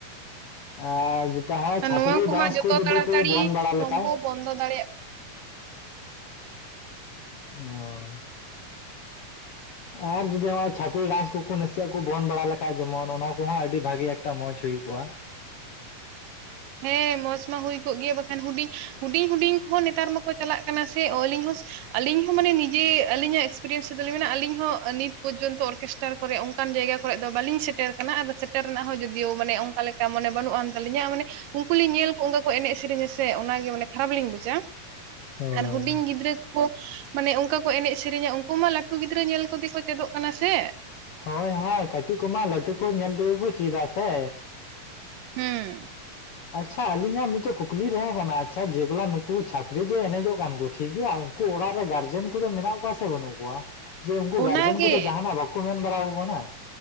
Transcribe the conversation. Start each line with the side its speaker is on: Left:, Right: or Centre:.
Left: ᱟᱨ ᱡᱮᱴᱟ ᱦᱚᱜᱼᱚᱭ ᱪᱷᱟᱯᱨᱤ
Right: ᱱᱚᱣᱟ ᱠᱚᱢᱟ
Left: ᱰᱟᱱᱥ
Right: ᱡᱚᱛᱚ
Left: ᱠᱩ ᱡᱩᱫᱤ
Right: ᱛᱟᱲᱟᱛᱟᱲᱤ
Left: ᱠᱩ ᱵᱚᱱᱫ ᱵᱟᱲᱟ
Right: ᱥᱚᱢᱵᱷᱚᱵ
Left: ᱞᱮᱠᱷᱟᱡ᱾
Right: ᱵᱚᱱᱫᱚ ᱫᱟᱲᱮᱭᱮᱜ
Left: ᱦᱳᱭ᱾ ᱟᱨ ᱡᱩᱫᱤ ᱦᱚᱜᱼᱚᱭ ᱪᱷᱟᱯᱤ ᱰᱟᱱᱥ ᱠᱩᱠᱩ ᱱᱟᱥᱤᱭᱟᱜ ᱠᱩ ᱵᱚᱱᱫ ᱵᱟᱲᱟ ᱞᱮᱠᱷᱟᱡ ᱡᱮᱢᱚᱱ ᱚᱱᱟ ᱠᱚᱦᱚᱸ ᱟᱹᱰᱤ ᱵᱷᱟᱜᱮ ᱮᱠᱴᱟ ᱢᱚᱡᱽ ᱦᱩᱭ ᱠᱚᱜ-ᱟ᱾
Right: ᱦᱮᱸ ᱢᱚᱸᱪ ᱢᱟ ᱦᱩᱭ ᱠᱚᱜ ᱜᱮ ᱵᱟᱠᱷᱟᱱ ᱦᱩᱰᱤᱧ ᱦᱩᱰᱤᱧᱼᱦᱩᱰᱤᱧ ᱠᱚᱦᱚᱸ ᱱᱮᱛᱟᱨ ᱢᱟᱠᱚ ᱪᱟᱞᱟᱜ ᱠᱟᱱᱟ ᱥᱮ ᱚᱞᱤᱧ ᱦᱚᱸ ᱟᱞᱤᱧ ᱦᱚᱸ ᱢᱟᱱᱮ ᱱᱤᱡᱮ ᱟᱹᱞᱤᱧᱟᱜ ᱮᱠᱥᱯᱤᱨᱤᱭᱮᱱᱥ ᱫᱚᱞᱤᱧ ᱢᱮᱱᱟ ᱟᱞᱤᱧ ᱦᱚᱸ ᱱᱤᱛ ᱯᱚᱡᱚᱱᱛᱚ ᱚᱨᱠᱮᱥᱴᱟᱨ ᱠᱚᱨᱮ ᱚᱱᱠᱟᱱ ᱡᱟᱭᱜᱟ ᱠᱚᱨᱮᱜ ᱫᱚ ᱵᱟᱹᱞᱤᱧ ᱥᱮᱴᱮᱨ ᱠᱟᱱᱟ ᱟᱫᱚ ᱥᱮᱴᱮᱨ ᱨᱮᱱᱟᱜ ᱦᱚᱸ ᱡᱩᱫᱤᱭᱳ ᱢᱟᱱᱮ ᱚᱱᱠᱟ ᱞᱮᱠᱟ ᱢᱟᱱᱮ ᱵᱟᱹᱱᱩᱜ ᱟᱱ ᱛᱟᱹᱞᱤᱧᱟ ᱢᱟᱱᱮ ᱩᱱᱠᱩ ᱞᱤᱧ ᱧᱮᱞ ᱠᱚ ᱚᱱᱠᱟ ᱠᱚ ᱮᱱᱮᱡ ᱥᱮᱨᱮᱧᱟ ᱥᱮ ᱚᱱᱟᱜᱮ ᱢᱟᱱᱮ ᱠᱷᱟᱨᱟᱯ ᱞᱤᱧ ᱵᱩᱪᱟ
Left: ᱦᱳᱭ
Right: ᱟᱨ ᱦᱩᱰᱤᱧ ᱜᱤᱫᱽᱨᱟᱹ ᱠᱳ ᱢᱟᱱᱮ ᱚᱱᱠᱟ ᱠᱚ ᱮᱱᱮᱡ ᱥᱮᱨᱮᱧᱟ ᱩᱱᱠᱩ ᱢᱟ ᱞᱟᱹᱴᱩ ᱜᱤᱫᱽᱨᱟᱹ ᱧᱮᱞ ᱠᱚᱫᱮ ᱠᱚ ᱪᱮᱫᱚᱜ ᱠᱟᱱᱟ ᱥᱮ᱾
Left: ᱦᱳᱭ ᱦᱟᱭ ᱠᱟᱹᱴᱤᱡ ᱠᱚᱢᱟ ᱞᱟᱹᱴᱩ ᱠᱚ ᱧᱮᱞ ᱛᱮᱜᱮ ᱠᱚ ᱪᱤᱫᱟ ᱥᱮ᱾
Right: ᱦᱩᱸ᱾
Left: ᱟᱪᱪᱷᱟ ᱟᱹᱞᱤᱧᱟᱜ ᱢᱤᱫᱴᱮ ᱠᱩᱠᱞᱤ ᱛᱮᱦᱮ ᱠᱟᱱᱟ ᱟᱪᱪᱷᱟ ᱡᱮᱜᱚᱞᱟ ᱱᱩᱠᱩ ᱪᱷᱟᱯᱨᱤ ᱡᱮ ᱮᱱᱮᱡᱚᱜ ᱠᱟᱱ ᱠᱚ ᱴᱷᱤᱠ ᱜᱮᱭᱟ ᱠᱩ ᱚᱲᱟᱜ ᱨᱮ ᱜᱟᱨᱡᱮᱱ ᱠᱚᱫᱚ ᱢᱮᱱᱟᱜ ᱠᱚᱣᱟ ᱥᱮ ᱵᱟᱹᱱᱩᱜ ᱠᱚᱣᱟ? ᱡᱮ ᱩᱱᱠᱩ
Right: ᱚᱱᱟᱜᱮ
Left: ᱜᱟᱨᱡᱮᱱ ᱠᱚᱫᱚ ᱡᱟᱦᱱᱟᱜ ᱵᱟᱠᱚ ᱢᱮᱱ ᱵᱟᱲᱟᱣ ᱟᱠᱚ ᱠᱟᱱᱟ?